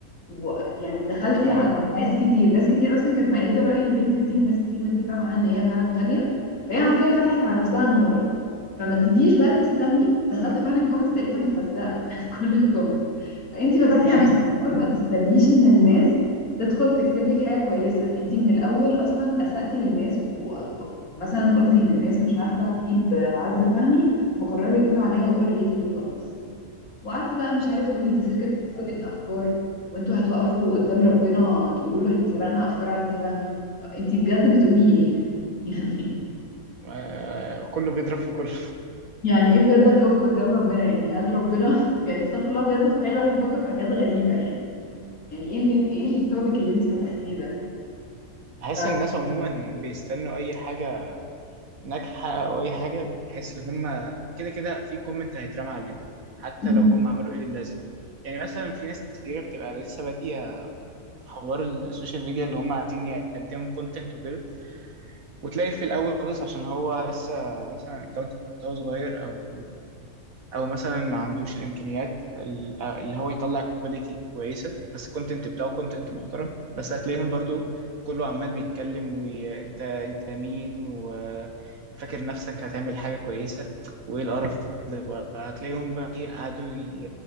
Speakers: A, on the left; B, on the right.
A: ويعني دخلتي
B: اه
A: على ناس كتير ناس كتير اصلا كانت مؤيده راي البنت دي وناس كتير متفقه معاها ان هي فعلا غاليه فهي حرفيا فتحت على نفسها النار فما تجيش بقى تستني دخلت فعلا الكومنتس لقيتها متهزقه <laughs> في كل الكومنتس فانتي فتحتي
B: <laughs>
A: على نفسك النار ما تستنيش ان الناس تدخل تكتب لك حاجه كويسه انتي من الاول اصلا اسأتي للناس و- و- ومثلا قلتي ان الناس مش عارفه تجيب عزه فهمي فقرروا يقولوا عليها اوفر ريتد وخلاص وقعدتي بقى مش عارف تقولي دي سرقة سرقة أفكار وانتوا هتوقفوا قدام ربنا تقولوا له احنا سرقنا أفكار عزة فهمي انتي بجد بتقولي ايه؟ <laughs> يعني
B: آه، كله بيضرب في كله
A: يعني ايه بجد هتقفوا قدام ربنا يعني هل ربنا <laughs> يعني استغفر الله بجد بتخلي الواحد يفكر في حاجات غريبة يعني يعني ايه اللي ايه التوبيك اللي انتي فتحتيه ده؟
B: بحس
A: ف...
B: ان الناس عموما بيستنوا اي حاجه ناجحه او اي حاجه بحيث ان هم كده كده في كومنت هيترمى عليه حتى
A: مم.
B: لو هم عملوا ايه للازم يعني مثلا في ناس كتيره بتبقى لسه باديه حوار السوشيال ميديا اللي هم عايزين يقدموا كونتنت وكده وتلاقي في الاول خالص عشان هو لسه مثلا الاكونت بتاعه صغير او او مثلا ما عندوش الامكانيات ال- اللي هو يطلع كواليتي كويسه بس الكونتنت بتاعه كونتنت محترم بس هتلاقيهم برضو كله عمال بيتكلم وانت انت مين وفاكر نفسك هتعمل حاجه كويسه وايه القرف ده وهتلاقيهم بقى إيه قعدوا ي-